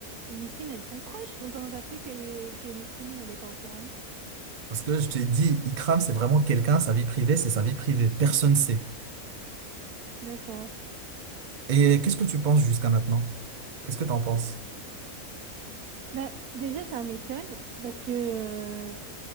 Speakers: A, on the right; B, on the right.
A: et Nisrine elles sont proches? Donc comment ça se fait que, que Nisrine elle est pas au courant?
B: Parce que je t'ai dit, Ikram, c'est vraiment quelqu'un, sa vie privée, c'est sa vie privée. Personne sait.
A: D'accord.
B: Et qu'est-ce que tu penses jusqu'à maintenant? Qu'est-ce que t'en penses?
A: Bah, déjà, ça m'étonne parce que euh,